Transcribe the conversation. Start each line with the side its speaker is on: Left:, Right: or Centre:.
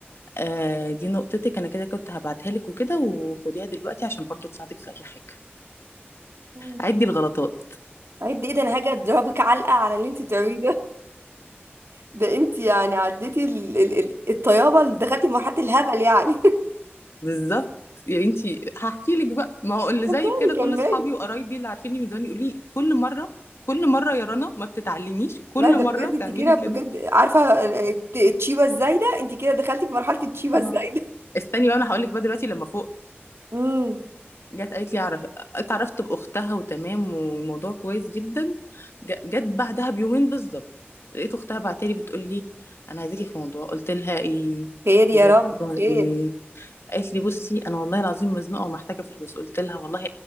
Left: آه دي نقطتك انا كده كنت هبعتها لك وكده وخديها دلوقتي عشان برضو تساعدك في اي حاجه
Right: مم.
Left: عدي الغلطات
Right: عد ايه ده انا هاجي اضربك علقه على اللي انت بتعمليه ده ده انت يعني عديتي ال... ال... ال... الطيابه اللي دخلتي في مرحله الهبل يعني <laughs>
Left: بالظبط يعني انت هحكي لك بقى ما هو اللي زي
Right: كملي
Left: كده كل
Right: كملي
Left: اصحابي وقرايبي اللي عارفيني من زمان يقولوا لي كل مره كل مره يا رنا ما بتتعلميش كل
Right: لا ده
Left: مره
Right: بجد انت
Left: تعملي
Right: كده
Left: كده
Right: بجد عارفه الت- التشيبه الزايده انت كده دخلتي في مرحله التشيبه
Left: اه
Right: الزايده
Left: استني بقى انا هقول لك بقى دلوقتي لما فوق
Right: امم
Left: جت قالت لي اعرف اتعرفت باختها وتمام والموضوع كويس جدا ج- جت بعدها بيومين بالظبط لقيت اختها بعتلي بتقول لي انا عايزاكي في موضوع قلت لها ايه
Right: خير يا
Left: عايزاكي
Right: رب
Left: في موضوع
Right: خير
Left: ايه قالت لي بصي انا والله العظيم مزنوقه ومحتاجه فلوس قلت لها والله